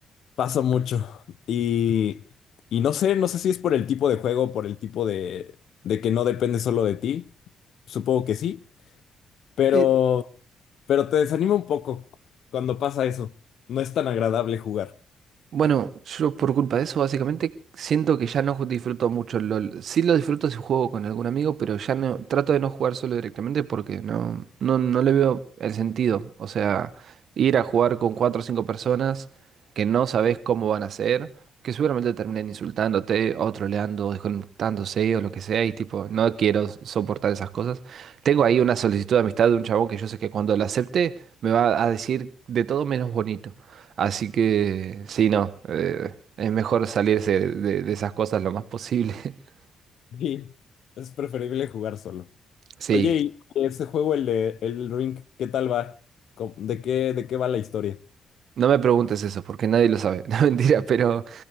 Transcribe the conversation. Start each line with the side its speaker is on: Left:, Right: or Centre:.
Left: Pasa mucho. Y, y no sé, no sé si es por el tipo de juego, por el tipo de, de que no depende solo de ti. Supongo que sí, pero,
Right: Eh,
Left: pero te desanima un poco cuando pasa eso. No es tan agradable jugar.
Right: Bueno, yo por culpa de eso básicamente siento que ya no ju- disfruto mucho el LOL. Sí lo disfruto si juego con algún amigo, pero ya no trato de no jugar solo directamente porque no, no, no le veo el sentido. O sea, ir a jugar con cuatro o cinco personas que no sabes cómo van a ser, que seguramente terminen insultándote o troleando o desconectándose o lo que sea y tipo, no quiero soportar esas cosas. Tengo ahí una solicitud de amistad de un chabón que yo sé que cuando la acepte me va a decir de todo menos bonito. Así que sí, no, eh, es mejor salirse de, de esas cosas lo más posible. <laughs>
Left: <laughs> Sí, es preferible jugar solo.
Right: Sí,
Left: Oye, y ese juego, el de el Ring, ¿qué tal va? ¿Cómo- ¿De qué, de qué va la historia?
Right: no me preguntes eso porque nadie lo sabe, <laughs> no mentira, pero